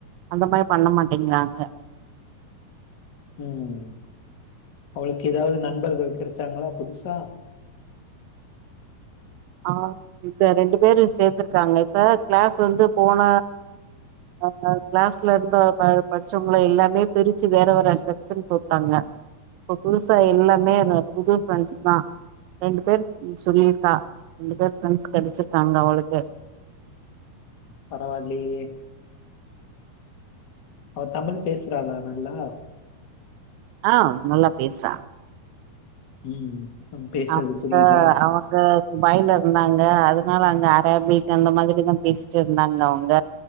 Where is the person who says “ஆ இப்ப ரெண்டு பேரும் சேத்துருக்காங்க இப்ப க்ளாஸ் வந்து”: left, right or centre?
Right